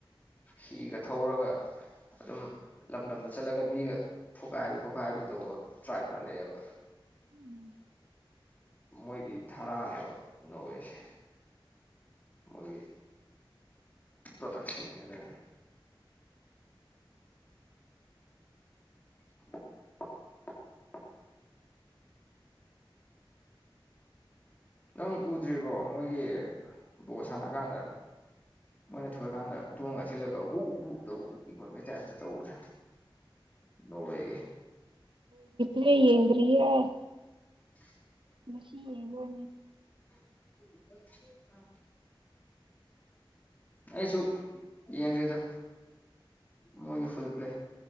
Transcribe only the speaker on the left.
ꯍꯤꯒ ꯊꯧꯔꯒ ꯑꯗꯨꯝ ꯂꯝ ꯂꯝꯗ ꯆꯠꯂꯒ ꯃꯤꯒ ꯐꯨꯒꯥꯏꯕꯤ ꯐꯨꯒꯥꯏꯕꯤ ꯇꯧꯕ ꯇ꯭ꯔꯥꯏꯞ ꯈꯔ ꯂꯩꯑꯕ
ꯃꯣꯏꯒꯤ ꯙꯔꯥꯅꯦꯕ ꯅꯣꯋꯦꯁꯦ ꯃꯣꯏꯒꯤ ꯄ꯭ꯔꯗꯁꯤꯟꯅꯦꯔꯦ <inaudible> ꯅꯪ ꯎꯗ꯭ꯔꯤꯕꯣ ꯃꯣꯏꯒꯤ ꯕꯣꯜ ꯁꯥꯟꯅ ꯀꯥꯟꯗ ꯃꯣꯏꯅ ꯊꯣꯏꯑꯀꯥꯟꯗ ꯊꯣꯡꯉꯒ ꯊꯤꯜꯂꯒ ꯍꯨꯛ ꯍꯨꯛ ꯇꯧꯕꯗ ꯐꯤ ꯌꯣꯟꯕꯩ ꯇꯥꯏꯞꯇ ꯇꯧꯕꯗ ꯣꯡꯕꯩꯒꯤ
<inaudible>
<inaudible> ꯑꯩꯁꯨ ꯌꯦꯟꯔꯤꯗ ꯃꯨꯒꯤ ꯐꯨꯜ ꯄ꯭ꯂꯦ